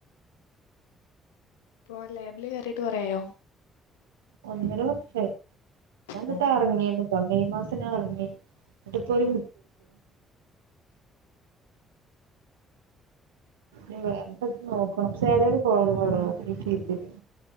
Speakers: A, on the left; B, on the right.
A: ഇപ്പൊ ലാബില് കേയറിട്ട് കെറേആയോ
B: ഒന്നര വർഷായി, ഞാൻ ഇന്നിട്ടാ
A: ഓ
B: ഇറങ്ങിയത്. ഇപ്പ മെയ് മാസം ഞാൻ ഇറങ്ങി, എന്നിട്ടിപ്പോ ഒരു ഇഞ് വേറെ സ്ഥലത്ത് നോക്കണം ചെലവ് കുറവടോ ഈ ഫീൽഡിലെ